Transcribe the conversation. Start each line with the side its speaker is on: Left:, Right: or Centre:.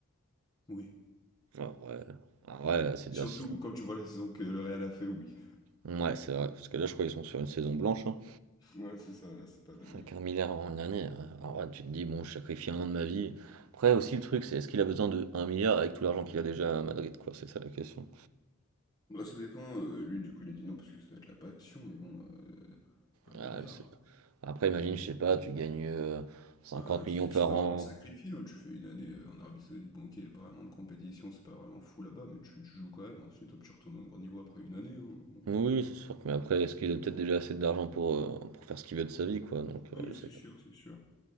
Left: Oui.
Right: Ah, ouais. Ah, ouais, c'est
Left: Surtout
Right: déjà c'est-
Left: quand tu vois la saison que le Real a fait, oui.
Right: Ouais, c'est vrai. Parce que là, je crois qu'ils sont sur une saison blanche. Hein.
Left: Ouais, c'est ça, là, c'est pas dingue.
Right: Avec
Left: hein.
Right: un en une année. euh, Alors là, tu te dis, bon, je sacrifie un an de ma vie. Après, aussi, le truc, c'est est-ce qu'il a besoin de un milliard avec tout l'argent qu'il a déjà à Madrid, quoi? C'est ça la question.
Left: Bah, ça dépend. euh, lui, du coup, il a dit non parce que ça doit être la passion, mais bon, euh, un
Right: Ah,
Left: milliard.
Right: je sais pas. Après, imagine, je sais pas, tu gagnes euh, 50
Left: Ah,
Right: millions
Left: tu sais,
Right: par
Left: c'est pas
Right: an.
Left: vraiment sacrifié. hein, Tu fais une année euh, en Arabie Saoudite, bon, ok, y a pas vraiment de compétition, c'est pas vraiment fou là-bas, mais tu, tu joues quand même. Ensuite, hop, tu retournes au grand niveau après une année. hein, bon.
Right: Oui, c'est sûr que, mais après, est-ce qu'il a peut-être déjà assez d'argent pour, euh, pour faire ce qu'il veut de sa vie, quoi, donc
Left: Ah
Right: euh,
Left: oui,
Right: je sais
Left: c'est
Right: pas.
Left: sûr, c'est sûr.